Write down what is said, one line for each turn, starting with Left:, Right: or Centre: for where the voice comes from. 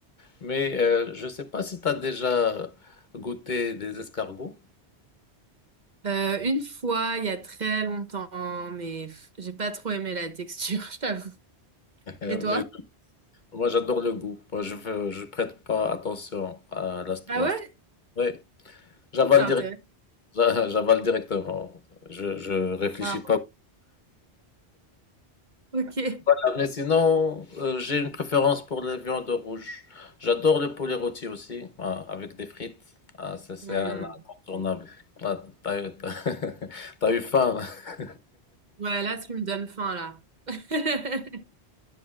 Left: Mais euh, je sais pas si tu as déjà goûté des escargots.
Right: Euh, une fois, il y a très longtemps, mais pff, j'ai pas trop aimé la texture, <laughs> je t'avoue.
Left: <laughs> Mais
Right: Et toi?
Left: moi, j'adore le goût. Moi, je veux- je prête pas attention à la, st-
Right: Ah
Left: la
Right: ouais?
Left: st- Ouais, j'avale
Right: C'est intéressant.
Left: direct, <laughs> j'a- j'avale directement. Je, je réfléchis
Right: Ah,
Left: pas.
Right: ok.
Left: Voilà, Mais sinon, euh, j'ai une préférence pour les viandes rouges. J'adore le poulet rôti aussi, ah, avec des frites. Ah, ça, c'est
Right: Hmm.
Left: un incontournable. Ah, t'as, eu t'as- <laughs> t'as eu faim, <laughs>
Right: Ouais, là, tu me donnes faim, là. <laughs>